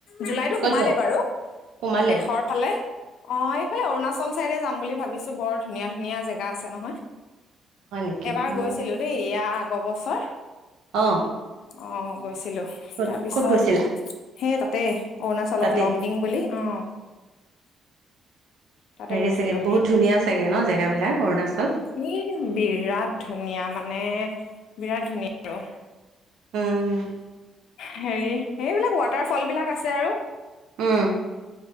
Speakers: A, on the left; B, on the right.
A: জুলাইতো
B: ক'ত
A: সোমালে
B: যাবা?
A: বাৰু।
B: সোমালে
A: শেষৰ ফালে। অ এইফালে অৰুণাচল চাইডে যাম বুলি ভাবিছো বৰ ধুনীয়া ধুনীয়া জেগা আছে নহয়।
B: হয় নেকি
A: এবাৰ
B: মই
A: গৈছিলো দেই ইয়াৰ আগৰ বছৰ।
B: অ।
A: অ গৈছিলোঁ
B: ক'ত
A: তাৰপিছত
B: ক'ত গৈছিলা
A: সেই তাতেই অৰুণাচলত
B: তাতে?
A: লংডিং বুলি। অ। তাতে
B: হেৰি
A: গৈছিলো
B: চাগে বহুত ধুনীয়া চাগে ন জেগাবিলাক অৰুণাচল।
A: ই বিৰাট ধুনীয়া মানে বিৰাট ধুনীয়া আৰু
B: উম
A: হেৰি সেইবিলাক ৱাটাৰ ফল বিলাক আছে আৰু
B: উম